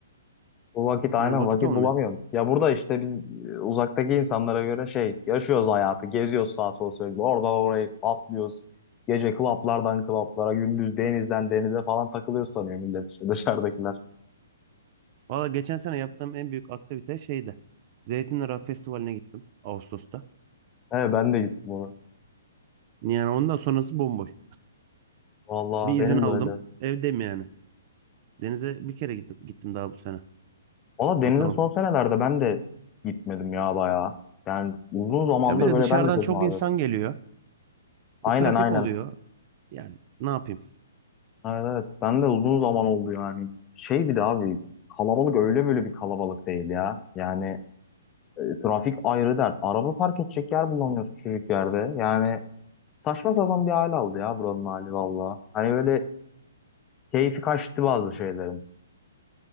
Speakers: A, on the left; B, on the right.
A: Bu vakit aynen
B: Yani vakit
A: vakit
B: olmuyor.
A: bulamıyorum. Ya burada işte biz e, uzaktaki insanlara göre şey yaşıyoruz hayatı. Geziyoruz sağa sola sürekli. Oradan oraya atlıyoruz. Gece klaplardan klaplara, gündüz denizden denize falan takılıyoruz sanıyor millet işte <laughs> dışarıdakiler.
B: Valla geçen sene yaptığım en büyük aktivite şeydi. Zeytinli Rock Festivali'ne gittim Ağustos'ta.
A: Evet ben de gittim ona.
B: Yani ondan sonrası bomboş.
A: Vallahi
B: Bir
A: benim
B: izin aldım.
A: de öyle.
B: Evdeyim yani. Denize bir kere gittim, gittim daha bu sene.
A: Valla
B: Bakalım.
A: denize son senelerde ben de gitmedim ya bayağı. Yani uzun zamandır
B: Ya bir de
A: böyle
B: dışarıdan
A: ben de çok
B: çok
A: nadir.
B: insan geliyor.
A: Aynen
B: E, trafik
A: aynen.
B: oluyor. Yani ne yapayım?
A: Evet, evet. Ben de uzun zaman oldu yani. Şey bir de abi kalabalık öyle böyle bir kalabalık değil ya. Yani Trafik ayrı dert. Araba park edecek yer bulamıyoruz küçücük yerde. Yani saçma sapan bir hal aldı ya buranın hali valla. Hani böyle keyfi kaçtı bazı şeylerin.